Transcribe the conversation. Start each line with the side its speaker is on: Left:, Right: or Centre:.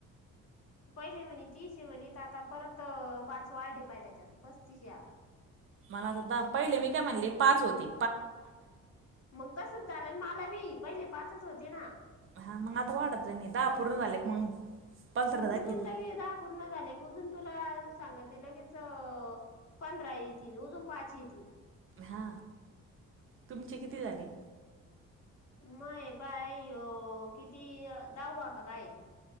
Left: पहिले म्हने, तीेस हें म्हने, आता परत पाच वाळ ढिपाय त्याच्यात, पस्तीसशे आता
Right: मला असध पहिले मी, काय म्हणली पाच होती.
Left: मग तसच झालं मला बी पहिले पाचच होते ना.
Right: हा मग आता वाढत जा नाही, दहा अपूर्ण झाले मग, पंधरा
Left: उजून
Right: दाखिवतील.
Left: लगे दहा पूर्ण झाले उजून तुला सांगत ल लगेच पंधरा येते अजून पाच ये तीन
Right: हा तुमचे किती झाले?
Left: मय पायो किती दहाव आता काय,